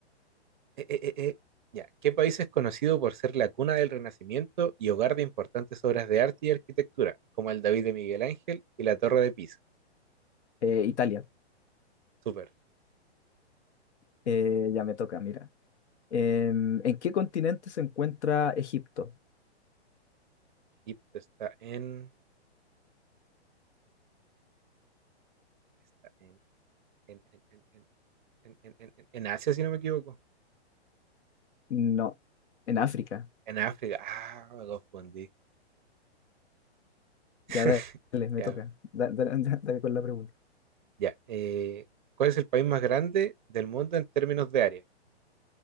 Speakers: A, on the right (about 45°); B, on the left (about 80°).
A: eh, eh, eh, eh, ya. ¿Qué país es conocido por ser la cuna del Renacimiento y hogar de importantes obras de arte y arquitectura, como el David de Miguel Ángel y la Torre de Pisa?
B: Eh, Italia.
A: Súper.
B: Eh, ya me toca, mira. Em, ¿en qué continente se encuentra Egipto?
A: Egipto está en, está en, en, en, en, en, en, en, en en Asia, si no me equivoco.
B: No, en África.
A: En África. Ah, me confundí.
B: Ya,
A: <laughs>
B: dale, me
A: Ya,
B: toca. Da- da- da- <laughs> Dale, con la pregunta.
A: Ya. eh, ¿cuál es el país más grande del mundo en términos de área?